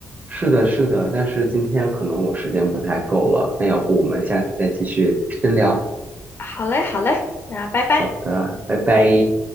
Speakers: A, on the right; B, on the left.
A: 是的，是的，但是今天可能我时间不太够了，那要不我们下次再继续深聊？
B: 好嘞，好嘞，那拜拜。
A: 好的，拜拜。